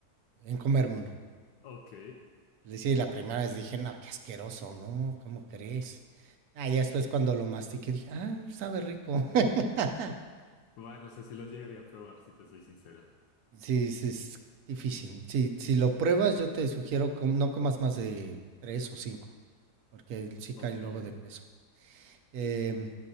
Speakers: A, on the right; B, on the left.
A: en comerme uno.
B: Ok.
A: Es decir, la primera vez dije, no, qué asqueroso, ¿no? ¿Cómo crees? Ah, ya después cuando lo mastiqué dije, ah, sabe rico. <laughs>
B: Bueno, no sé si lo llegaría a probar, si te soy sincero.
A: Sí, es, es difícil. Si, si lo pruebas, yo te sugiero com- no comas más de tres o cinco, porque sí cae
B: Ok.
A: luego de peso. Em,